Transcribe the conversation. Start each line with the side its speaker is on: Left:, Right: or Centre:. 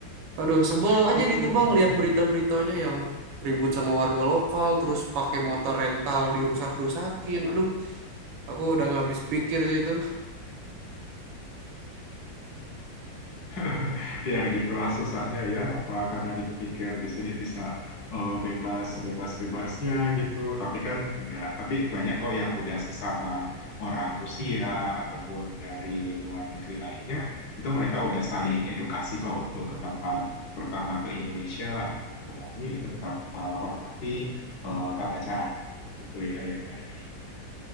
Right: aduh sebel
Left: <laughs>
Right: aja gitu bang lihat berita-beritanya yang ribut sama warga lokal terus pakai motor rental dirusak-rusakin aduh aku udah nggak habis pikir sih itu
Left: <laughs> Ya, gitulah susahnya ya. Apa karena dipikir di sini bisa eh, bebas sebebas-bebasnya gitu, tapi kan enggak. Tapi banyak kok yang udah sesama orang Rusia ataupun dari luar negeri lainnya, itu mereka udah saling edukasi kok untuk ke tempat, terutama ke Indonesia ataupun ke Bali, itu tetap eh, hormati
Right: Hmm.
Left: eh, tata cara gitu ya yang ada di Bali.